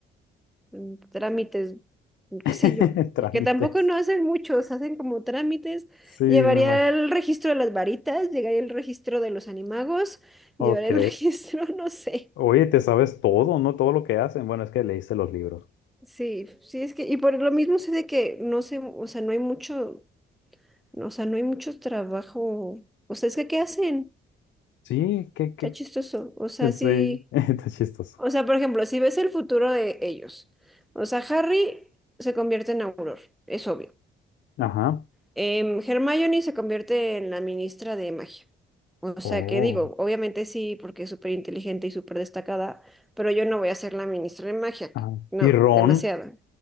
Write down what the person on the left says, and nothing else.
<laughs>
trámites.
Sí, me
imagino.
Ok.
Oye, te sabes todo, ¿no? Todo lo que hacen. Bueno, es que leíste los libros.
Sí, qué, qué.
Sí,
<laughs> está chistoso.
Ajá.
Oh.
Ajá.
Y Ron.